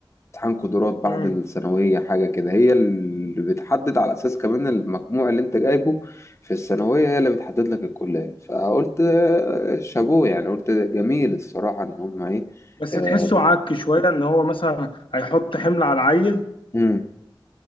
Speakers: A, on the left; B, on the left.
A: امتحان قدرات بعد
B: مم.
A: الثانوية حاجة كده هي اللي بتحدد على أساس كمان المجموع اللي أنت جايبه في الثانوية هي اللي بتحدد لك الكلية فقلت آه، شابوه يعني قلت جميل الصراحة إن هما إيه
B: بس
A: آه،
B: تحسه
A: ضافوا
B: عك شوية ان هو مثلا هيحط حمل على العيل
A: مم.